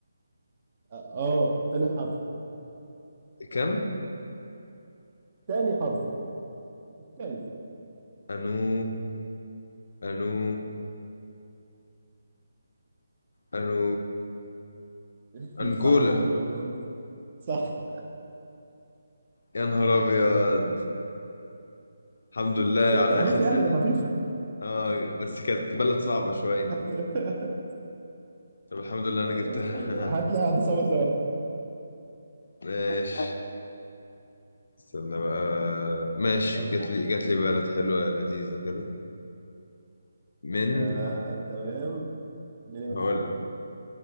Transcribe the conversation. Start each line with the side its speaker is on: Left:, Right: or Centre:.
Right: اه تاني حرف
Left: كم
Right: تاني حرف تاني
Left: انو انو انو
Right: <laughs>
Left: انجولا
Right: مش صعبة للدرجة دي والله صح
Left: يا نهار ابيض الحمد لله على
Right: ست حروف
Left: اخر
Right: يعني
Left: ثانية
Right: ده خفيفة
Left: اه بس كانت بلد صعبة شوية
Right: <laughs>
Left: طب الحمد لله انا
Right: آه،
Left: جبتها
Right: هات لي هات سوا سوا
Left: <laughs> ماشي استنى بقى ماشي
Right: يلا
Left: جات لي جات لي بلد حلوة لذيذة كده من
Right: آه، تمام من ايه
Left: هقول